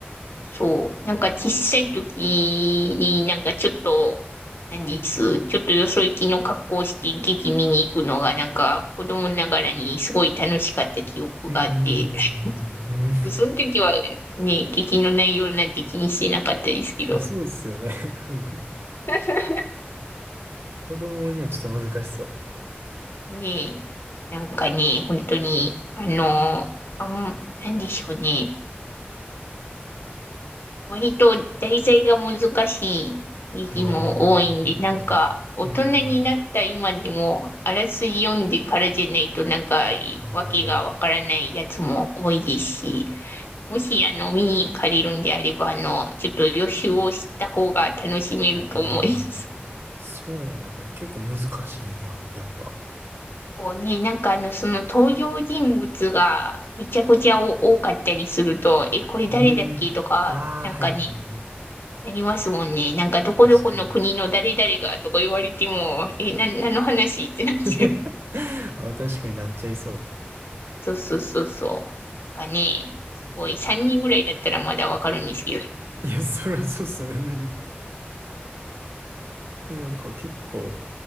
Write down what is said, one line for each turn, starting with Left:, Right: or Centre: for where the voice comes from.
Left: そう。なんか小さい時になんかちょっと、なんです。ちょっとよそ行きの格好をして劇見に行くのがなんか子供ながらにすごい楽しかった記憶があって、
Right: うんうんうんうん。
Left: <laughs>
Right: うん。
Left: その時はね、劇の内容なんて気にしてなかったですけど、
Right: <laughs> そうっすよね。<laughs>
Left: <laughs>
Right: 子供にはちょっと難しそ
Left: ねえ、なんかね、本当に、あの、あん、なんでしょうね。割と題材が難しい時期も多いんで、
Right: う。ああ、はいはい。
Left: なんか、大人になった今でも、
Right: うんうん。
Left: あらすじ読んでからじゃないと、なんか、
Right: あ
Left: わけがわからないやつも多いですし、もし、あの、見に行かれるんであれば、あの、ちょっと予習をした方が楽しめると思います。
Right: あ、ああ。そうなんや。結構難しいんや。やっぱ。
Left: <laughs> こうね、なんかあの、その登場人物がめちゃくちゃ多かったりすると、え、これ誰だっけとか、
Right: うーん。ああ、
Left: なんかね、
Right: はいはい。
Left: なりますもんね。なんか、どこどこの国の誰々がとか言われても、
Right: 確かに。
Left: え、な、何の話ってなっちゃう。
Right: <laughs> あ、確かになっちゃいそ
Left: そうそうそうそうそう。なんかね、すごい、3人ぐらいだったらまだわかるんですけど。
Right: う。いや、そりゃそうっすよね。うんえ、なんか結構